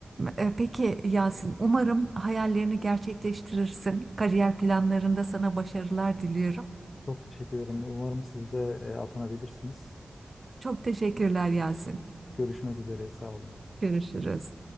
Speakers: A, on the right; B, on the left.
A: E, peki Yasin, umarım hayallerini gerçekleştirirsin. Kariyer planlarında sana başarılar diliyorum.
B: Çok teşekkür ederim. Umarım siz de e, atanabilirsiniz.
A: Çok teşekkürler Yasin.
B: Görüşmek üzere. Sağ olun.
A: Görüşürüz.